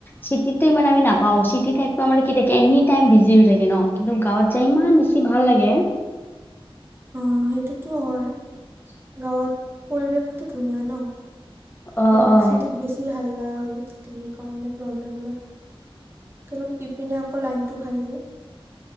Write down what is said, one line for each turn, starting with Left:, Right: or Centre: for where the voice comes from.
Left: চিটিতটো ইমান আমি নাপ পাওঁ চিটিতে <unintelligible> কি থাকে, এনি টাইম বিজি হৈ থাকে ন' কিন্তু গাঁৱত যায় ইমান বেছি ভাল লাগে।
Right: অ', হেইটোতো হয়। গাঁৱত পৰিৱেশটো ধুনীয়া ন'। <unintelligible>
Left: অ', অ'।
Right: চিটিত বেছি হাল্লা। <unintelligible> থাকে সেইকাৰণে প্ৰব্লেম অলপ, কিন্তু ইপিনে আকৌ লাইনটো ভাল যে।